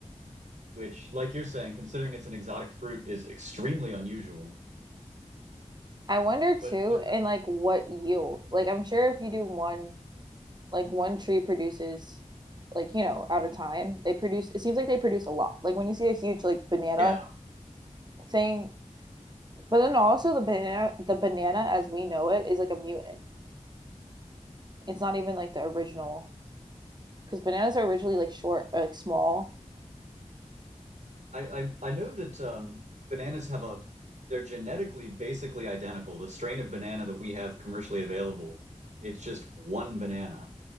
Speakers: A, on the right (about 70°); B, on the right (about 35°).
A: which, like you're saying, considering it's an exotic fruit, is extremely unusual.
B: I wonder too,
A: But there
B: and like what yield. Like I'm sure if you do one, like one tree produces like, you know, at a time, they produce it seems like they produce a lot. Like when you see a huge like banana
A: yeah,
B: thing, but then also the banana the banana as we know it is like a mutant. It's not even like the original because bananas are originally like short or like small.
A: I, I I know that um bananas have a they're genetically basically identical. The strain of banana that we have commercially available, it's just one banana.